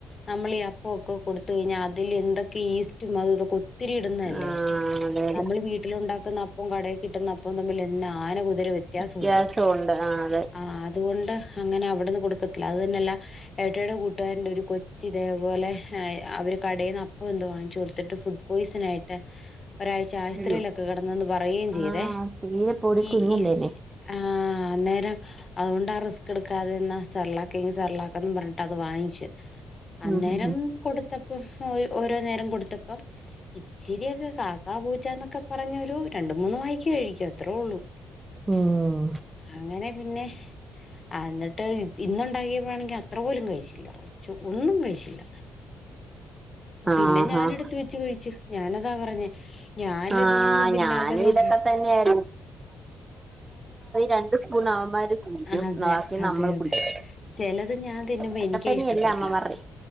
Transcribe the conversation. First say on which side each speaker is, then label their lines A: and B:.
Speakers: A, on the left; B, on the right.
A: നമ്മളീ അപ്പൊക്കെ കൊടുത്ത് കഴിഞ്ഞാൽ അതിലിൽ എന്തെ ഈസ്റ്റും അതും ഇതൊക്കെ ഒത്തിരി ഇടുന്നതല്ലേ
B: ആഹ് അതെ അതെ
A: നമ്മൾ വീട്ടിലണ്ടാക്കുന്നപ്പോം കടേകിട്ടുന്നപ്പോം തമ്മല് ന്ന <unintelligible> ഇതൊരു വ്യത്യാസൊണ്ട്,
B: വ്യത്യാസം ഉണ്ട് ആ അതെ
A: ആഹ് അതുകൊണ്ട് അങ്ങനെ അവിട്ന്ന് കൊട്ക്കത്തില്ല അത് തന്നെല്ല ഏട്ടായീടെ കൂട്ടുകാരന്റൊര് കൊച്ചി തേപോലെ അവര് കടയിൽന്ന് അപ്പം എന്തോ വാങ്ങിച്ചു കൊടുത്തിട്ട് ഫുഡ് പോയ്സൺ ആയിട്ട് ഒരാഴ്ച ആശൂത്രിലൊക്കെ
B: അയ്യോ
A: കെടന് ന് പറയീം ചെയ്തെ
B: ആഹ് തീരെ പൊടി
A: ഈ
B: കുഞ്ഞല്ലേനെ
A: ഈ സ് ആഹ അന്നേരം അത്കൊണ്ട് ആ റിസ്ക് എടുക്കാതെന്ന സെർലാകേങ്കി സെർലാക്കെന്നും പറഞ്ഞിട്ട് അത് വാങ്ങിച്ച് അന്നേരം
B: ഉം ഉം
A: കൊട്ത്ത ഇപ്പം ഓരോ നേരം കൊട്ത്തപ്പം ഇ ചിരിയൊക്കെ കാക്കാ പൂച്ചന്നൊക്കെ പറഞ്ഞൊരു രണ്ട് മൂന്ന് വായിക്ക് കഴിക്കും. അത്രേ ഉള്ളൂ
B: ഉം
A: അങ്ങനെ പിന്നെ അന്ന്ട്ട് ഇന്നുണ്ടാക്കിയപ്പോഴാണെങ്കി അത്ര പോലും കഴിച്ചില്ല ഒ ച്ച് ഒന്നും കഴിച്ചില്ല.
B: ആഹ്
A: പിന്നെ ഞാൻ
B: ആഹ്
A: എട്ത്ത് വെച്ച് കഴിച്ചു. ഞാനതാ പറഞ്ഞേ ഞാനിതൊന്നും
B: ആഹ്
A: തിന്നാതെ
B: ഞാനും
A: നോ
B: ഇതൊക്കെ തന്നെയായി രണ്ട് സ്പൂൺ അവന്മാര് കുടിക്കും
A: അതെ
B: ബാക്കി
A: അതെ
B: നമ്മൾ
A: അതെ
B: കുടിക്കും
A: ചെലത് ഞാൻ തിന്നുമ്പോ
B: അതൊക്കെ
A: എനിക്കത്
B: തന്നെയല്ലേ
A: ഇഷ്ടപ്പെടത്തില്ല
B: അമ്മമാരുടെ